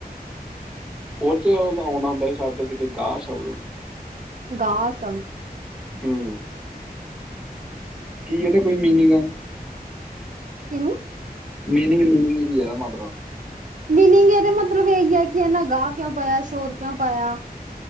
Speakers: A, in the centre; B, on the right.
A: ਪਚਿਆ ਆਉਂ ਹੁੰਂਦਾ ਸ਼ਬਦ, ਕਿਤੇ ਗਾਹ ਸ਼ਬਦ
B: ਗਾਹ ਸ਼ਬਦ
A: ਹੂ ਕੀ ਇਹਦਾ,
B: ਠੀਕ
A: ਕੋਈ ਮੀਨਿੰਗ
B: ਹੈ।
A: ਐ
B: ਕਿਵੇਂ
A: ਮੀਨਿੰਗ ਮੀਨਿੰਗ ਕੀ ਹੈਦਾ ਮਾ
B: ਮੀਨਿੰਗ ਇਹਦੇ ਮਤਲਬ ਇਹੀ ਹੈ, ਕਿ ਇਹਨਾ ਗਾਹ ਕਿਉਂ ਪਾਇਆ ਸ਼ੋਰ ਕਿਉਂ ਪਾਇਆ।